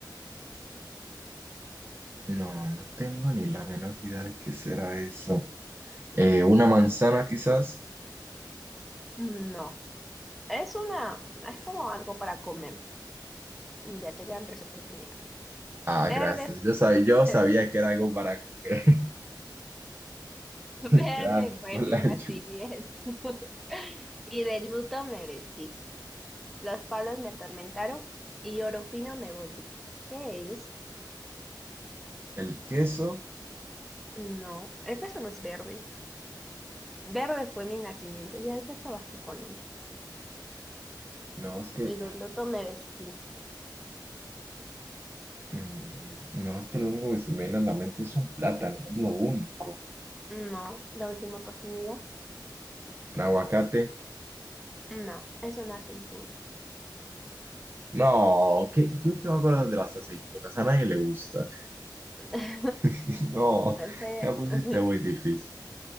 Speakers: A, on the right; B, in the centre.
A: No, no tengo ni la menor idea de qué será eso. Eh, ¿una manzana quizás?
B: No. Es una. Es como algo para comer. Ya te quedan tres oportunidades.
A: Ah,
B: Verde.
A: gracias. Yo
B: <laughs>
A: sabía, yo sabía que era algo para comer.
B: Verde
A: <laughs> Gracias
B: fue
A: por
B: mi
A: la
B: nacimiento.
A: ayuda.
B: <laughs> Y de luto me vestí. Los palos me atormentaron y oro fino me volví. ¿Qué es?
A: ¿El queso?
B: No, el caso no es verde. Verde fue mi nacimiento. Ya, ya acabaste con uno.
A: No, es que,
B: Y de luto me vestí.
A: mm, no, es que lo único que se me viene a la mente es un plátano, es lo único.
B: No, la última oportunidad.
A: ¿Un aguacate?
B: No, es una aceituna.
A: No, ¿qué- ¿quién se va a acordar de las aceitunas? A nadie le gustan.
B: <laughs>
A: <laughs> No,
B: Pero,
A: ya pusiste muy difícil.